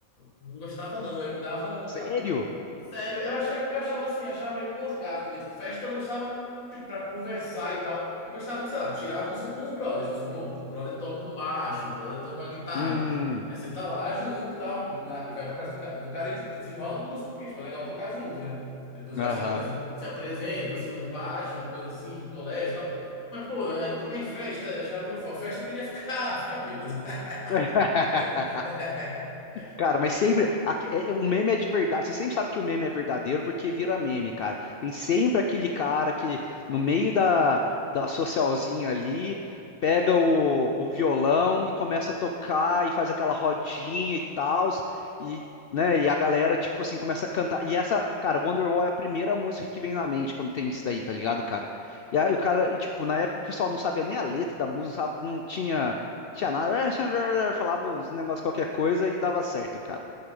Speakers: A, on the left; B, on the left.
A: não gostava, não. Eu me dava uma.
B: Sério?
A: Sério, eu achei é porque eu achava assim, eu achava meio borgado, velho. Tipo, festa eu gostava, tipo, pra conversar e tal. Eu gostava de, sei lá, tirar a música com os brothers. Tipo assim, pô, o brother toca um baixo, o brother toca uma guitarra.
B: Hum,
A: Aí você aí você tá lá junto e tal, na- e vai pra casa do, ca- do cara e tipo, desenrola a música, porque tipo, é legal tocar junto, né? Depois
B: aham.
A: vai se apresenta, se apresenta assim num pátio, uma coisa assim, de colégio e tal. Mas, pô, é, tocar em festa, achava meu foco. Festa eu queria ficar, <laughs> ficar bêbado.
B: <laughs>
A: <laughs>
B: Cara, mas sempre. aque- é- é- O meme é de verdade. Você sempre sabe que o meme é verdadeiro porque vira meme, cara. Tem sempre aquele cara que, no meio da, da socialzinha ali, pega o, o violão e começa a tocar e faz aquela rodinha e tal. E, né, e a galera, tipo assim, começa a cantar. E essa, cara, Wonderwall é a primeira música que vem na mente quando tem isso daí, tá ligado, cara? E aí o cara, e, tipo, na época o pessoal não sabia nem a letra da música, não, sabe- não tinha. Tinha nada, <laughs> falava uns negócios qualquer coisa e dava certo, cara.